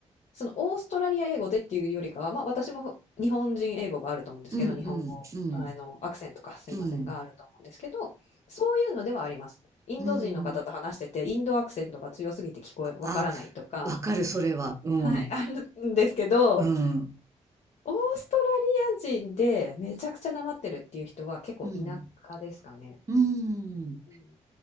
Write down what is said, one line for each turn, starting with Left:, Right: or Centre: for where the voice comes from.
Left: そのオーストラリア英語でっていうよりかは、まあ私もふ日本人英語があると思うんですけど、
Right: うん、
Left: 日本語、
Right: うん、
Left: あの、アクセントかすいませんがあると思うんですけど、
Right: うん、
Left: そういうのではあります。インド人の方と話してて、
Right: うん、うん。
Left: インドアクセントが強すぎて聞こえ、わからないとか、
Right: あ、わかる、それは。うん、
Left: はい、あるんですけど、
Right: うん、
Left: オーストラリア人でめちゃくちゃなまってるっていう人は結構田舎ですかね。
Right: うん、うん。
Left: うん。